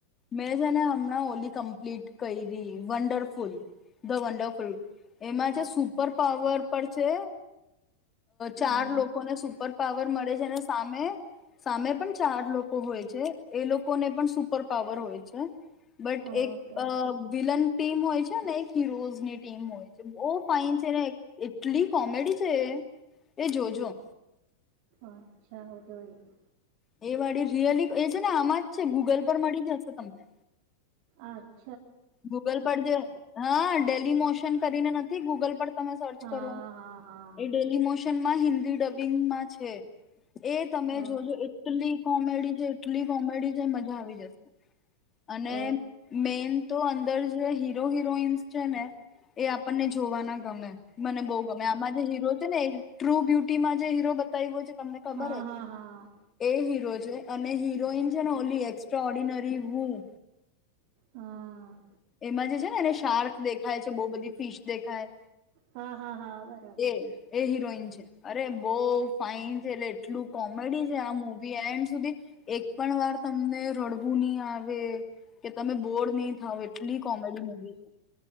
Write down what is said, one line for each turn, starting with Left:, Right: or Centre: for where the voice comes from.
Left: મેં છેને હમણાં હોલી કમ્પ્લીટ કરી વંડરફુલ ધ વંડરફુલ એમાં છે સુપર પાવર પર છે
Right: હમ
Left: ચાર લોકોને સુપર પાવર મળે છે અને સામે સામે પણ ચાર લોકો હોય છે એ લોકોને પણ સુપર પાવર હોય છે. બટ
Right: ઓકે
Left: એક વિલન ટીમ હોય છે. એક હીરોઝ ની ટીમ હોય છે. બો ફાઈન છે ને એટલી. કોમેડી છે એ જોજો.
Right: અચ્છા હું જોઈશ.
Left: એ વાડી વાડીનો રિયલી એ છે ને આમાં જ છે ગૂગલ પર મળી જશે તમને..
Right: આજે.
Left: ગૂગલ પર જે હા ડે ડેલીમોશન કરીને નથી ગૂગલ પર. તમે સર્ચ
Right: હા
Left: કરો
Right: હા હા
Left: એ ડેલીમોશન માં હિન્દી ડબિંગમાં છે. એ તમે
Right: અ
Left: જોજો એટલી કોમેડી છે એટલી કોમેડી છે મજા આવી જશ અને.
Right: ઓ
Left: મેન. તો અંદર જે હીરો હિરોઈન્સ છે ને એ આપણને જોવાના ગમે મને બહુ ગમે આમાં જે હીરો છે ને એ ટ્રુ બ્યુટીમાં જે હીરો બતાવ્યો છે. તમને ખબર
Right: હા
Left: જ
Right: હા હા
Left: એ હીરો. અને હિરોઈન છે ને ઓલી એક્સ્ટ્રા ઓર્ડિનરી વું
Right: હા
Left: એમાં જે છે ને એને શાર્ક દેખાય છે બહુ બધી ફીશ દેખાય.
Right: હા હા હા. બરાબર
Left: એ એ હિરોઈન છે. અરે બઉ ફાઈન છે એટલે એટલું કોમેડી છે આ મુવી એન્ડ સુધી એક પણ વાર તમને રડવું નહી આવે કે તમે બોર નહી થાવ એટલી કોમેડી મુવી છ